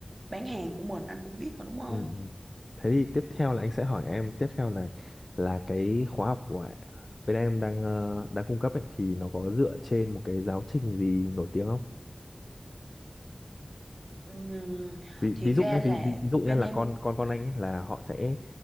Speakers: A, on the right; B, on the left.
A: bán hàng của mình anh cũng biết mà đúng không
B: Ừ. ừ. Thế thì tiếp theo là anh sẽ hỏi em tiếp theo này là cái khóa học của bên em đang ờ, đang cung cấp ấy, thì nó có dựa trên một cái giáo trình gì nổi tiếng không?
A: Ừm,
B: Ví,
A: thiệt
B: ví dụ
A: ra
B: nhé,
A: là
B: ví, ví, ví dụ nhé
A: bên
B: là
A: em
B: con con con anh ấy là họ sẽ